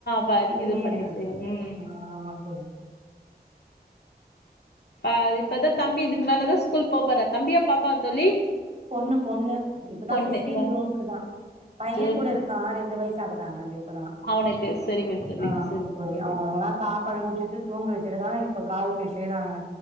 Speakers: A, on the left; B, on the right.
A: பா
B: இதுலயே
A: இது பண்ணி
B: ஆ
A: செய்வோ ம்
B: ஆமா தோழி
A: அ இப்பதா தம்பி இதுக்கு மேலதா ஸ்கூல் போ போறாரு, தம்பியா? பாப்பாவா? தோழி
B: பொண்ணு பொண்ணு இப்பதா
A: பொண்ணு
B: பிஃப்டீன்
A: ஆ,
B: ஜூன்க்கு தா பைய
A: ஜூன்
B: கூட
A: ஃபிஃப்த்
B: இருக்க ரெண்டு வயசு ஆகுது தா அவனபோய் இப்பதா,
A: அவனுக்கு சரிங்க தோழி
B: ஆமாப்பாடி
A: சரி தோழி
B: அவங்களுக்ல்ல சாப்பாடு ஊட் விட்டுட்டு தூங்க வச்சிட்டுதா இப்ப கால் பேசவேதாங்க